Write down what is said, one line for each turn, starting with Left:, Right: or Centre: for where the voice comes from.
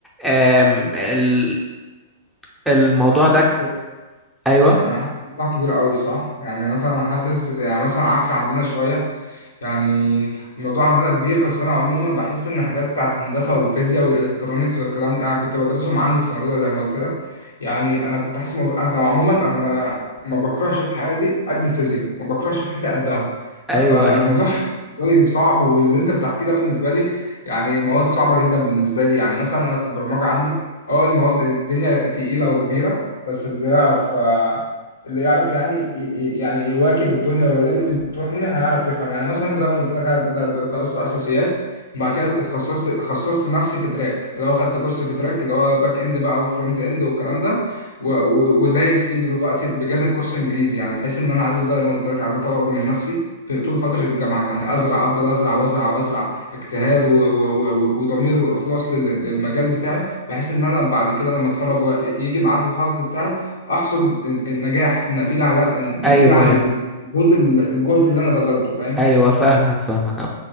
Centre: آم، ال- الموضوع
Left: حاسس
Centre: ده أيوه
Left: يعني أنا حاسس الموضوع كبير قوي صح يعني مثلا أنا حاسس يعني مثلا عكس عندنا شوية يعني الموضوع عندنا كبير بس أنا عموما بحس إن الحاجات بتاعت هندسة والفيزياء والإلكترونيكس والكلام ده أنا كنت بدرسهم عندي في سنة أولى زي ما قلت لك يعني أنا كنت حاسس الموضوع أنا عموما أنا ما بكرهش في حياتي قد الفيزياء ما بكرهش في حياتي قدها
Centre: أيوه
Left: فالموضوع
Centre: أيوه
Left: <laughs> بالنسبة لي صعب واللي أنت بتحكيه ده بالنسبة لي يعني المواد صعبة جدا بالنسبة لي يعني مثلا أنا في البرمجة عندي أه المواد الدنيا تقيلة وكبيرة بس اللي يعرف آه، اللي يعرف يعني ي- ي- يعني يواكب الدنيا ويلم الدنيا هيعرف يفهم يعني مثلا زي ما قلت لك أنا د- د- درست اساسيات وبعد كده اتخصصت خصصت نفسي في تراك اللي هو خدت كورس في تراك اللي هو باك اند بقى وفرونت اند والكلام ده و- و- ودايس فيه دلوقتي بجانب كورس انجليزي يعني بحيث ان انا عايز زي ما قلت لك عايز اطور من نفسي في طول فترة الجامعة يعني أزرع أفضل أزرع وأزرع وأزرع اجتهاد و- و- و- وضمير وإخلاص لل- للمجال بتاعي بحيث إن أنا بعد كده لما أتخرج و- يجي ميعاد الحصد بتاعي احصد النجاح النتيجه على النتيجه
Centre: أيوه
Left: عن
Centre: أيوه
Left: الجهد الجهد اللي انا بذلته فاهم
Centre: ايوه فاهمك فاهمك اهو